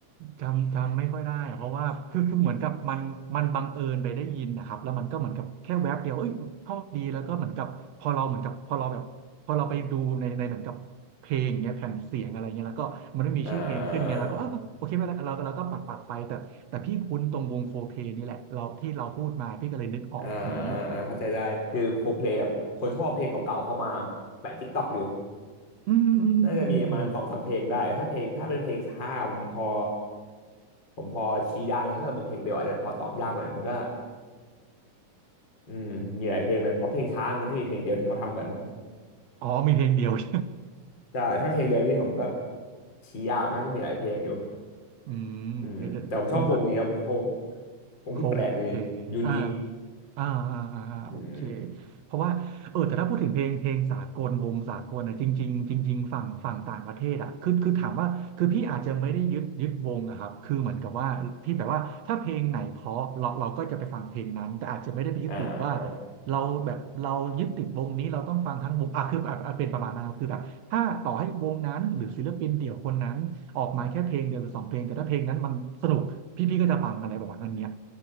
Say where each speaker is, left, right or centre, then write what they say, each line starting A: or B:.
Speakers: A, on the right (about 65°); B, on the left (about 35°).
A: จำจำไม่ค่อยได้อะเพราะว่าคือคือเหมือนกับมันมันบังเอิญไปได้ยินนะครับแล้วมันก็เหมือนกับแค่แวบเดียวเอ้ยชอบดีแล้วก็เหมือนกับพอเราเหมือนกับพอเราแบบพอเราไปดูในในเหมือนกับเพลงเงี้ยแผ่นเสียงอะไรเงี้ยแล้วก็มันไม่มีชื่อเพลงขึ้นไงแล้วก็อ้าวโอเคไม่เป็นไรเราเราก็ปัดปัดไปแต่แต่พี่คุ้นตรงวงโคเพลนี่แหละเราที่เราพูดมาพี่ก็เลยนึกออกอย่างนี้
B: อ่า อ่าอ่าเข้าใจได้คือโคเพลย์คนชอบเพลงเก่าๆเข้ามาแปะติ๊กต็อกอยู่
A: อืมอืมอืมอม
B: น่าจะมีประมาณสองสามเพลงได้ถ้าเพลงถ้าเป็นเพลงช้าผมพอผมพอชี้ได้นะถ้าเป็นเพลงเดียวอาจจะพอตอบยากหน่อยมันก็อืมมีหลายเพลงเลยเพราะเพลงช้านั้นจะมีเพลงเดียวที่เขาทำกัน
A: อ๋อมีเพลงเดียว <laughs>
B: <laughs> ใช่ถ้าเพลงเร็วนี่ผมก็ชี้ยากนะที่มีหลายเพลงอยู่
A: อืมเดี๋ยวเดี๋ยวสงสัย
B: อืมแต่ผมชอบวงนี้ครับผมวงที่แปลกดี
A: โคเพ
B: ยูนิค
A: อ่าอ่าอ่าอ่าอ่าโอเค
B: อืม
A: เพราะว่าเออแต่ถ้าพูดถึงเพลงเพลงสากลวงสากลอ่ะจริงๆจริงๆฝั่งฝั่งต่างประเทศอ่ะคือคือถามว่าคือพี่อาจจะไม่ได้ยึดยึดวงอะครับคือเหมือนกับว่าพี่แบบว่าถ้าเพลงไหนเพราะเราเราก็จะไปฟังเพลงนั้นแต่อาจจะไม่ได้ไปยึดติดว่า
B: อ่า
A: เราแบบเรายึดติดวงนี้เราต้องฟังทั้งวงอ่ะคืออบเป็นประมาณนั้นครับคือแบบถ้าต่อให้วงนั้นหรือศิลปินเดี่ยวคนนั้นออกมาแค่เพลงเดียวหรือสองเพลงแต่ถ้าเพลงนั้นมันสนุกพี่พี่ก็จะฟังอะไรประมาณนั้นเนี้ย